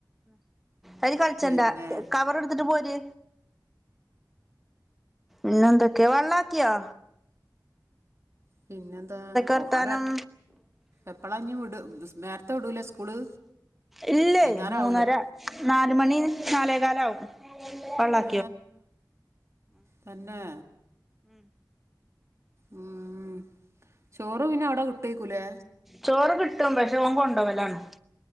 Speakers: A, in the centre; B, on the right.
A: അയ്ല് കളിച്ചണ്ടാ
B: പിന്നെ
A: കവർ എടുത്തിട്ട് പോര് ഇന്നെന്തൊക്കെ വള്ളാക്കിയോ
B: പിന്നെന്താ
A: വർത്താനം
B: ആടെ എപ്പളാഞ്ഞ് വിട് സ് നേ ത്തെ വിടൂലെ സ്കൂള്
A: ഇല്ലോ
B: വൈകുന്നേരം
A: മൂന്നരാ
B: ആവൂലേ
A: നാല് മണി നാലേ കാലാവും പള്ളാ
B: ഏ തന്നെ ഉം ചോറ് പിന്നെ അവടെ കിട്ടേക്കൂല്ലോ
A: ചോറ് കിട്ടും പക്ഷെ ഓൻ കൊണ്ടോവലാണ്